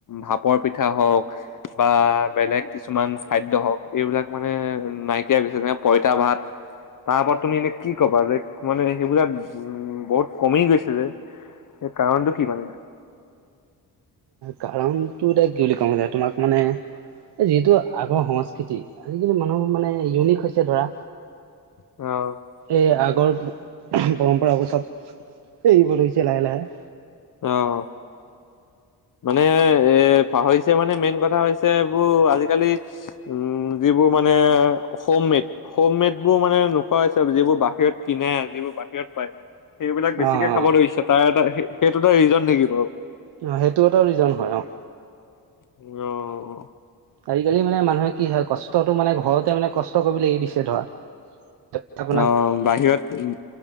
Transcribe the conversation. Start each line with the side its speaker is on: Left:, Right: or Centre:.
Left: ভাপৰ পিঠা হওক বা বেলেগ কিছুমান খাদ্য হওক এইবিলাক মানে নাইকিয়া হৈ গৈছে যেনেে পইতা ভাত তাৰ ওপৰত তুমি এনে কি কবা যে মানে সেইবিলাক উ বহুত কমি গৈছে যে সেই কাৰণটো কি মানে
Right: কাৰণটো এতিয়া কি বুলি কম তোমাক মানে যিটো আগৰ সংস্কৃতি আজিকালি মানুহবোৰ মানে ইউনিক হৈছে ধৰা
Left: অ'
Right: এই আগৰ পৰম্পৰাবোৰ চব এৰিব ধৰিছে লাহে লাহে
Left: অ' মানে এ পাহৰিছে মানে মেইন কথা হৈছে এইবোৰ আজিকালি উম যিবোৰ মানে হোম মেড হোম মেড বোৰ মানে নোখোৱা হৈছে যিবোৰ বাহিৰত কিনে যিবোৰ বাহিৰত পায় সেইবিলাক বেছিকে
Right: অ', অ',
Left: খাব ধৰিছে তাৰ এটা সেইটো এটা ৰিজন নেকি বাৰু
Right: অ সেইটো এটা ৰিজন হয় অ
Left: অ'
Right: আজিকালি মানে মানুহে কি হয় কষ্টটো মানে ঘৰতে মানে কষ্ট কৰিবলৈ দিছে ধৰা <inaudible>
Left: অ বাহিৰত